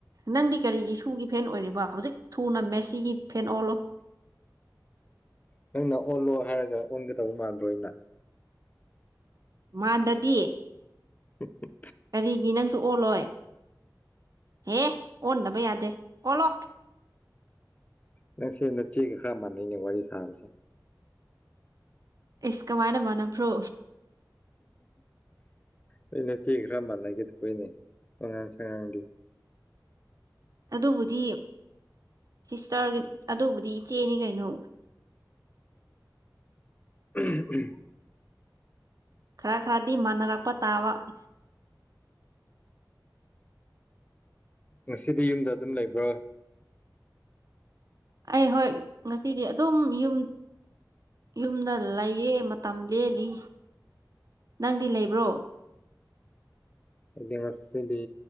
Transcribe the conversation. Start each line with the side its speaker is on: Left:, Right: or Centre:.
Right: ꯅꯪꯗꯤ ꯀꯔꯤꯒꯤ ꯁꯨꯒꯤ ꯐꯦꯟ ꯑꯣꯏꯔꯤꯕꯣ ꯍꯧꯖꯤꯛ ꯊꯨꯅ ꯃꯦꯁꯤꯒꯤ ꯐꯦꯟ ꯑꯣꯂꯣ
Left: ꯅꯪꯅ ꯑꯣꯜꯂꯣ ꯍꯥꯏꯔꯒ ꯑꯣꯟꯒꯗꯧꯕ ꯃꯥꯟꯗ꯭ꯔꯣꯅ
Right: ꯃꯗꯗꯤ
Left: ꯎꯝ ꯎꯝ
Right: ꯀꯔꯤꯒꯤ ꯅꯪꯁꯨ ꯑꯣꯜꯂꯣꯏ ꯍꯦ ꯑꯣꯟꯅꯕꯩ ꯌꯥꯗꯦ ꯀꯣꯂꯣ
Left: ꯅ ꯁꯤ ꯅꯆꯦꯒ ꯈꯔ ꯃꯥꯟꯅꯩꯅꯦ ꯋꯥꯔꯤ ꯁꯥꯔꯁꯦ
Right: ꯏꯁꯀꯃꯥꯏꯅ ꯃꯅ ꯐ꯭ꯔꯣ
Left: ꯅ ꯅ ꯆꯦ ꯈꯔ ꯃꯥꯟꯅꯈꯤꯦꯗ ꯑꯩꯏꯅꯦ ꯍꯅ ꯆꯉꯒꯗꯤ
Right: ꯑꯗꯣ ꯎꯖꯤꯝ ꯁꯤꯁꯇꯔꯒꯤ ꯑꯗꯨꯕꯨꯗꯤ ꯏꯆꯦꯅꯤ ꯀꯩꯅꯣ
Left: ꯎꯝ
Right: ꯈꯔ ꯈꯔꯗꯤ ꯃꯥꯟꯅꯔꯛꯄ ꯇꯥꯕ
Left: ꯉꯁꯤꯗꯤ ꯌꯨꯝꯗ ꯑꯗꯨꯝ ꯂꯩꯕ꯭ꯔꯣ
Right: ꯑꯩ ꯍꯣꯏ ꯉꯁꯤꯗꯤ ꯑꯗꯨꯝ ꯌꯨꯝ ꯌꯨꯝꯗ ꯂꯩꯌꯦꯦ ꯃꯇꯝ ꯂꯦꯜꯂꯤ ꯅꯪꯗꯤ ꯂꯩꯕ꯭ꯔꯣ
Left: ꯑꯦꯗꯤ ꯉꯁꯤꯗꯤ